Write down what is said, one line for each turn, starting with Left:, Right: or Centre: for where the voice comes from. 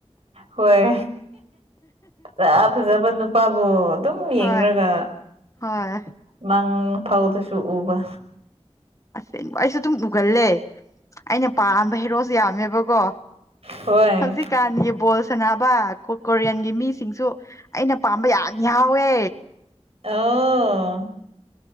Right: ꯍꯣꯏ ꯐꯖ ꯐꯖꯕ ꯅꯨꯄꯥꯕꯨꯣ ꯑꯗꯨꯝ ꯁꯨꯝ ꯌꯦꯡꯨꯔꯒ
Left: ꯍꯣꯏ ꯍꯣꯏ
Right: ꯃꯪ ꯐꯥꯎꯗꯁꯨ ꯎꯕ
Left: ꯀꯕ ꯑꯩꯁꯨ ꯑꯗꯨꯝ ꯎꯒꯜꯂꯦ ꯑꯩꯅ ꯄꯥꯝꯕ ꯍꯦꯔꯣꯁꯨ ꯌꯥꯝꯃꯦꯕꯀꯣ
Right: ꯍꯣꯏ
Left: ꯍꯧꯖꯤꯛꯀꯥꯟꯒꯤ ꯕꯣꯜ ꯁꯅꯕ ꯀꯣꯔꯤꯌꯟꯒꯤ ꯃꯤꯁꯤꯡꯁꯨ ꯑꯩꯅ ꯄꯥꯝꯕ ꯌꯥ ꯌꯥꯎꯋꯦ
Right: ꯑꯣ